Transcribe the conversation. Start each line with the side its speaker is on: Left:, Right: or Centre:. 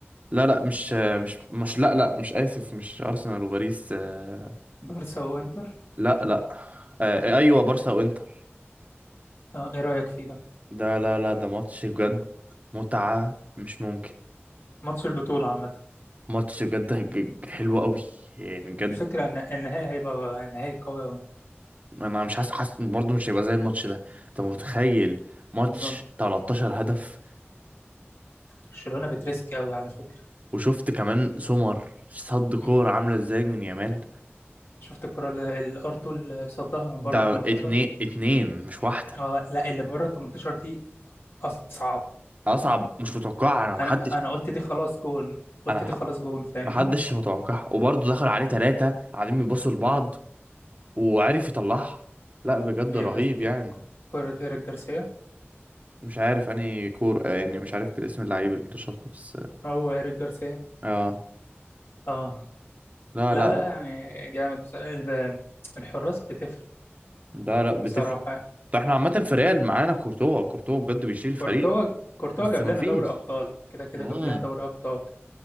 Right: لا لا مش آه، مش مش لا لا مش اسف مش ارسنال وباريس آه،
Left: بارسا وانتر
Right: لا لا آه، ايوه بارسا وانتر
Left: اه ايه رايك فيه ده
Right: ده لا لا ده ماتش بجد متعة مش ممكن
Left: ماتش البطوله عامه
Right: ماتش بجد هج- حلو قوي يعني بجد
Left: الفكره ان النهائي هيبقى النهائي قوي قوي
Right: انا مش حاسس حاسس برضه مش هيبقى زي الماتش ده انت متخيل ماتش
Left: بالظبط
Right: 13 هدف
Left: برشلونه بتريسك قوي على فكره
Right: وشفت كمان سمر صد كور
Left: امم
Right: عامله ازاي من يامال
Left: شفت الكره اللي الارتو اللي صدها من
Right: ده
Left: بره ال 18
Right: اتنين اتنين مش واحده
Left: اه لا اللي بره ال 18 دي اصعب
Right: اصعب مش متوقع انا محدش
Left: انا انا قلت دي خلاص جون قلت
Right: انا مح-
Left: دي خلاص جون فاهمني
Right: محدش متوقع وبرضه دخل عليه ثلاثه قاعدين بيبصوا لبعض
Left: مم.
Right: وعرف يطلعها لا بجد
Left: إيه
Right: رهيب
Left: بت...
Right: يعني
Left: ك- كرة إيريك جارسيا
Right: مش عارف اني كور آه، يعني مش عارف الاسم اللعيب اللي شاطها بس
Left: هو إيريك جارسيا
Right: اه
Left: اه
Right: لا
Left: لا
Right: لا
Left: لا يعني جامد بس- ال- الحراس بتفرق
Right: ده لا بتفرق
Left: بصراحة
Right: ده احنا عامة في ريال معانا كورتوا كورتوا بجد بيشيل الفريق
Left: كورتوا كورتوا
Right: بس
Left: جاب
Right: ما
Left: لنا
Right: فيش
Left: دوري أبطال كده كده
Right: امم
Left: جاب لنا دوري أبطال